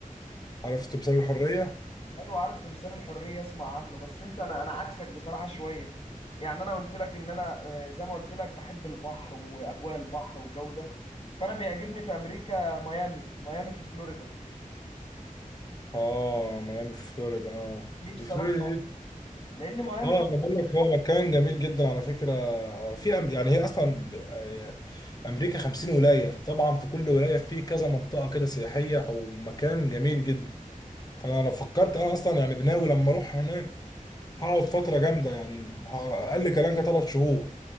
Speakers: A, on the left (about 30°); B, on the left (about 45°).
A: عارف تمثال الحريه
B: ايوه عارف تمثال الحريه اسمع عنه بس انت انا انا عكسك بصراحه شويه يعني انا قلت لك ان انا آه، زي ما قلت لك بحب البحر واجواء البحر والجو ده فانا بيعجبني في امريكا ميامي ميامي في فلوريدا
A: اه ميامي في فلوريدا اه
B: نفسي
A: دي فلوريدا
B: اروح مع لان ميامي
A: اه
B: طبعا
A: انا بقول لك هو مكان جميل جدا على فكره في أم... يعني هي اصلا ب- آه، امريكا 50 ولايه طبعا في كل ولايه في كذا منطقه كده سياحيه او مكان جميل جدا فانا لو فكرت انا اصلا يعني بناوي لما اروح هناك هقعد فتره جامده يعني ه- اقل كلام كده ثلاث شهور